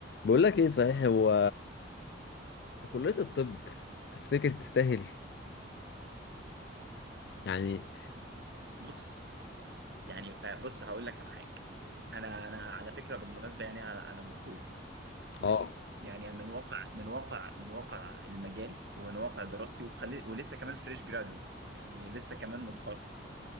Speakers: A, on the left; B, on the right.
A: بقول لك ايه صحيح هو كلية الطب تفتكر تستاهل يعني
B: بص يعني آه، بص هقول لك على حاجه انا انا على فكره بالمناسبه يعني انا أنا دكتور ماشي
A: اه
B: يعني من واقع من واقع من واقع المجال ومن واقع دراستي وخلي ولسه كمان فريش جرادويت يعني لسه كمان متخرج